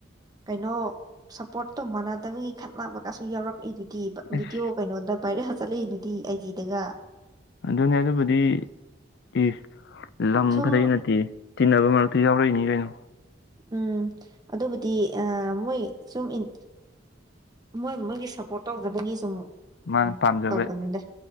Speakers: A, on the right (about 20°); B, on the left (about 60°).
A: ꯀꯩꯅꯣ ꯁꯞꯄꯣꯔꯠꯇꯣ ꯃꯥꯟꯅꯗꯕꯩ ꯈꯠꯅꯕꯒꯖꯨ ꯌꯥꯎꯔꯛ ꯑꯩꯗꯤ ꯀꯤꯕ
B: ꯑꯁ
A: ꯚꯤꯗꯤꯑꯣ ꯀꯩꯅꯣꯗ ꯚꯥꯏꯔꯦꯜ ꯆꯠꯂꯛꯏꯑꯗꯨꯗꯤ ꯑꯥꯏ ꯖꯤꯗꯒ
B: ꯑꯗꯨꯅꯦ ꯑꯗꯨꯕꯨꯗꯤ ꯏ ꯂꯝ
A: ꯁꯨꯝ
B: ꯈꯠꯇꯩꯩ ꯅꯠꯇꯦ ꯇꯤꯟꯅꯕ ꯃꯔꯛꯇ ꯌꯥꯎꯔꯛꯏꯅꯤ ꯀꯩꯅꯣ
A: ꯎꯪ ꯑꯗꯨꯕꯨꯗꯤ ꯑꯥ ꯃꯣꯏ ꯁꯨꯝ ꯢꯟ ꯃꯣꯏ ꯃꯣꯏꯒꯤ ꯁꯞꯄꯣꯔꯠ ꯇꯧꯖꯕꯒꯤ ꯁꯨꯝ
B: ꯃꯥꯅ
A: ꯎꯝ
B: ꯄꯥꯝꯖꯕ
A: ꯇꯧꯕꯅꯤꯗ